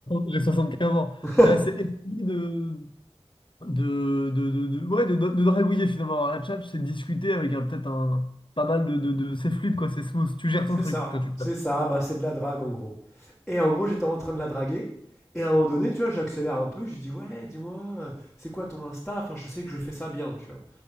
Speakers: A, on the left; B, in the centre.
A: j'ai 75 ans.
B: <laughs>
A: J'ai assez essayé de. De, de, de, de- ouais, de, de- de dragouiller finalement. Alors, la tchatche, c'est discuter avec un- peut-être un. Pas mal de, de, de- C'est fluide quoi, c'est smooth. Tu gères
B: C'est
A: ton truc
B: ça,
A: quand tu te
B: c'est
A: la
B: ça, bah c'est de la drague en gros. Et en gros, j'étais en train de la draguer. Et à un moment donné, tu vois, j'accélère un peu, je lui dis ouais, dis-moi, euh, c'est quoi ton Insta? Enfin, je sais que je fais ça bien, tu vois.